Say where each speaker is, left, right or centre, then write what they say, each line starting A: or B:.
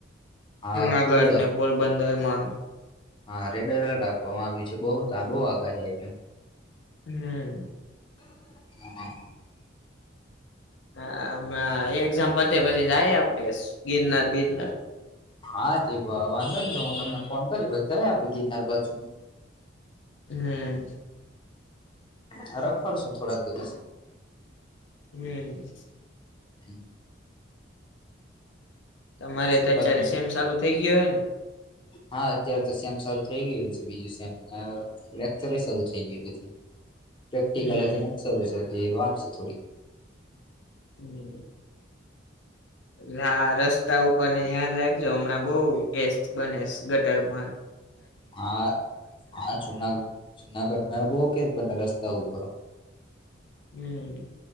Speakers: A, on the left (about 25°); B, on the left (about 70°).
A: હા
B: જુનાગઢ
A: ફૂલ
B: ને પોરબંદરમાં
A: હા રેડ એલર્ટ આપવામાં આવ્યું છે બહ તા બહુ આગાહી આપી.
B: હમ
A: <unintelligible>
B: હા એક્ઝામ પતે પછી જાય આપડે ગિરનાર બિરનાર
A: હા તે વાંધો નય હું તમને ફોન કરી પછી જાય આપડ ગિરનાર બાજુને
B: હમ
A: હ રખડ સુ થોડાક દિવસ
B: હમ
A: હમ
B: તમારે
A: શું
B: તો અત્યારે
A: બાકી
B: સેમ ચાલુ થઇ ગયો હે ને
A: હા અત્યારે તો સેમ શરૂુ થઈ ગયું છે બીજું સેમ લેક્ચર શરૂ થઈ ગયું પછી પ્રેક્ટિકલ
B: હમ
A: હજી નથી સરૂ થયુ હજી વાર છે થોડી
B: હમ હા રસ્તા ઉપરને ધ્યાન રાખજો હમણાં બહ કેસ બને ગટર પર
A: હા હા સુનાું <unintelligible> જુનાગઢ પાહે બવ કેસ બને રસ્તા ઉપર
B: હમ